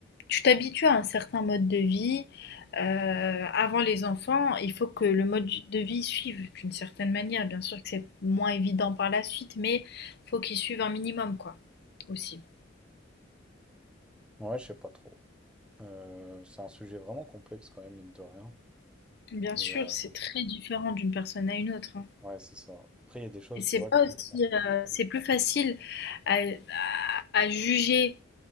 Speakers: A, on the left; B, in the centre.
A: tu t'habitues à un certain mode de vie, euh, avant les enfants, il faut que le mode de vie suive d'une certaine manière. Bien sûr que c'est moins évident par la suite, mais faut qu'il suive un minimum, quoi, aussi.
B: Ouais, je sais pas trop. Euh, c'est un sujet vraiment complexe quand même, mine de rien.
A: Bien
B: Et
A: sûr,
B: euh,
A: c'est très différent d'une personne à une autre. hein.
B: ouais, c'est ça. Après, il y a des choses,
A: Et c'est
B: tu vois,
A: pas
B: qui...
A: aussi, euh, c'est plus facile à, à- à juger